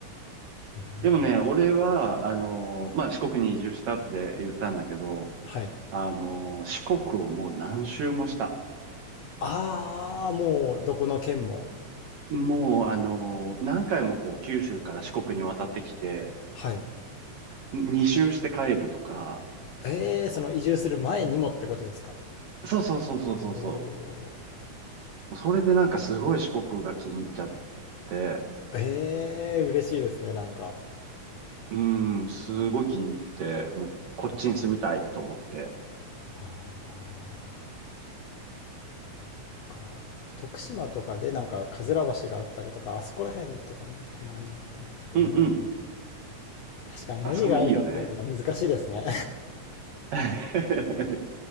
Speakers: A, on the left; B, on the right.
A: うん、
B: でもね、俺は、あの、まあ、四国に移住したって言ったんだけど、
A: はい。
B: あの、四国をもう何周もした。
A: ああ、もうどこの県も。
B: もう、あの、何回もこう、九州から四国に渡ってきて、
A: はい。
B: 2周して帰るとか、
A: ええ、その移住する前にもってことですか。
B: そうそうそうそうそうそ
A: おお。
B: う。それでなんかすごい四国が気に入っちゃって、
A: ええ嬉しいですね、なんか。
B: うーん、すごい気に入って、もうこっちに住みたいと思って。
A: ああ、そっか。徳島とかでなんか、かずら橋があったりとか、あそこら辺とかもたまには行ったんですけど、
B: うんうん、
A: まあ、確かに何があるかって言われたら難しいですね。
B: あそこもいいよね。<laughs>